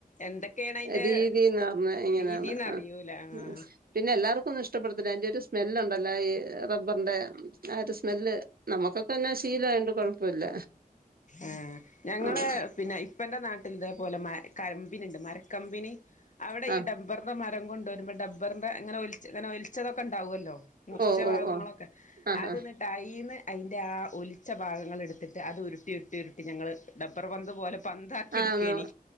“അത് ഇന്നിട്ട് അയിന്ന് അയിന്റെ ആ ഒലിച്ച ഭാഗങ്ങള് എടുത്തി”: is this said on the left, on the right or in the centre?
Left